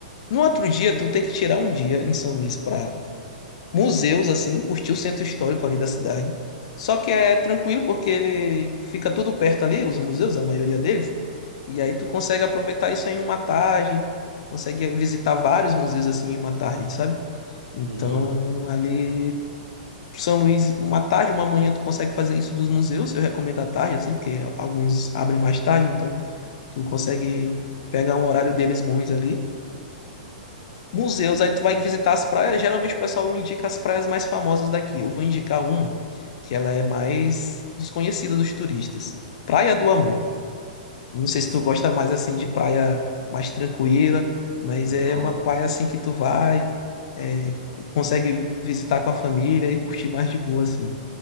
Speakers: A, on the left; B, on the right.
A: no outro dia, tu tem que tirar um dia em São Luís pra museus, assim, curtir o centro histórico ali da cidade. Só que é tranquilo porque fica tudo perto ali, os museus, a maioria deles, e aí tu consegue aproveitar isso aí em uma tarde, consegue visitar vários museus assim em uma tarde, sabe? Então,
B: Uhum.
A: ali São Luís, uma tarde, uma manhã tu consegue fazer isso dos museus, eu recomendo à tarde assim, porque alguns abrem mais tarde, então tu consegue pegar um horário deles bons ali museus, aí tu vai visitar as praias. Geralmente o pessoal indica as praias mais famosas daqui. Eu vou indicar uma que ela é mais desconhecida dos turistas. Praia do Amor. Não sei se
B: Certo.
A: tu gosta mais assim de praia mais tranquila, mas
B: Não,
A: é uma praia assim que tu vai, é, co- consegue visitar com a família e curtir mais de boa assim.